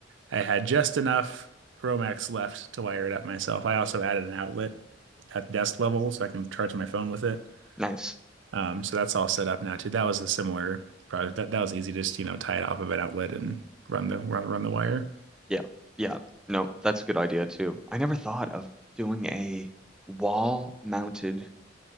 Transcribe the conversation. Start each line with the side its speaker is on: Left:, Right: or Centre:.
Right: I had just enough Romax left to wire it up myself. I also added an outlet at desk level so I can charge my phone with it.
Centre: Nice.
Right: Um, so that's all set up now too. That was the similar project. That that was easy. Just you know tie it off of an outlet and run the run, run the wire.
Centre: Yeah. Yeah. No, that's a good idea too. I never thought of doing a wall mounted